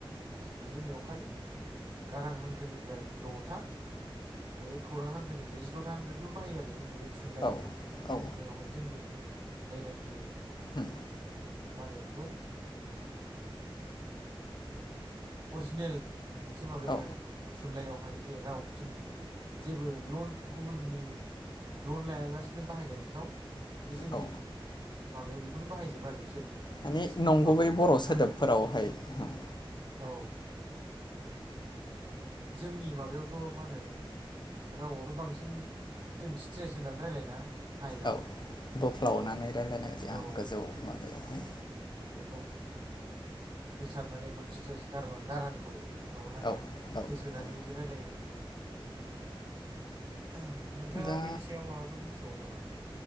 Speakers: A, on the right; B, on the left.
A: गासिखौबो जोंनियाव खालि गारां हांखोनिफ्राय द'था आरो खौरां हांखोनि जिद'था बेखौल' बाहायो आरो जोंनि बे थुनलाइयावहाय
B: औ औ
A: लिरनायावहाय जोंनि जायनाखि
B: औ
A: मा होनो बेखौ ओ अरजिनेल मोनसे माबायावहाय
B: औ
A: थु नलाइयाव हाय जे राव जोंनि जेबो लन गुबुननि लन लायालासिनो बाहायनायफ्राव बे जोंनि
B: औ
A: माबायाव बेखौनो बाहायजोबो आरो बिसोर
B: मानि
A: स्क्रिप्ट
B: नंगुबै
A: माबाखौहाय
B: बर' सोदोबफोरावहाय
A: हांखोखौ
B: होम
A: औ जोंनि माबायावथ' मा होनो रावावथ' बांसिन जों स्ट्रेस होनानै रायलायोना हायाव
B: औ बोफ्लावनानै
A: जेनेबा
B: रायलायनाय
A: औ
B: गोजौ माबायावहाय
A: एकदम होसारनानै एकदम स्ट्रेस गारमा गारांखौ माबानानै
B: औ औ
A: होसोनानै
B: औ
A: बिदि रायलायो आरो ओम नोंथाङा
B: दा
A: बिनि सायाव माबाफोर मिथिबावो नामा?